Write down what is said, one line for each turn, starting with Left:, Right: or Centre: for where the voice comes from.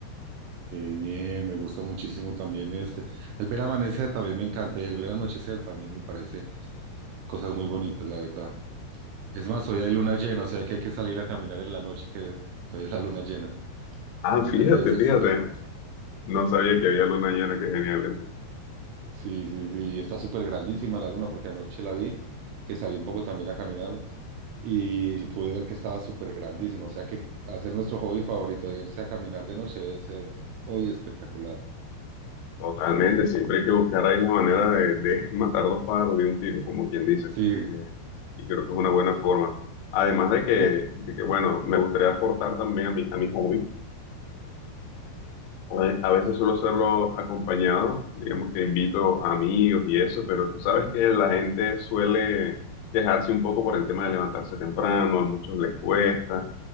Right: qué bien, me gusta muchísimo también este. El ver amanecer también me encanta y el ver anochecer también me parece cosas muy bonitas, la verdad. Es más, hoy hay luna llena, o sea que hay que salir a caminar en la noche, que es- hoy es la luna llena.
Left: Ah, fíjate,
Right: Entonces debe ser
Left: fíjate,
Right: súper bonito.
Left: no sabía que había luna llena, qué genial eso.
Right: Sí, sí, sí, y está súper grandísima la luna porque anoche la vi, que salí un poco también a caminar y pude ver que estaba súper grandísima, o sea que hacer nuestro hobby favorito de irse a caminar de noche debe ser hoy espectacular.
Left: Totalmente, siempre hay que buscar ahí la manera de, de <laughs> matar dos pájaros de un tiro, como quien dice.
Right: Sí,
Left: Eh, y creo que es una buena forma. Además de que,
Right: ve,
Left: de que, bueno, me gustaría aportar también a mi, a mi hobby, a a veces suelo hacerlo acompañado, digamos que invito a amigos y eso, pero tú sabes que la gente suele quejarse un poco por el tema de levantarse temprano, a muchos les cuesta